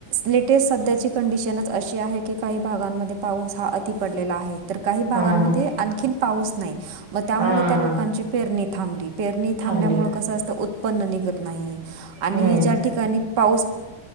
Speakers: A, on the right; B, on the right.
A: लेटेस्ट सध्याची कंडिशनच अशी आहे की काही भागांमध्ये पाऊस हा अति पडलेला आहे. तर काही भागांमध्ये
B: हां,
A: आणखीन पाऊस नाही मग त्यामुळे
B: हां.
A: त्या लोकांची पेरणी थांबली. पेरणी थांबल्यामुळ
B: थांबली.
A: कस असतं उत्पन्न निघत नाही आणि
B: हं,
A: ज्या ठिकाणी पाऊस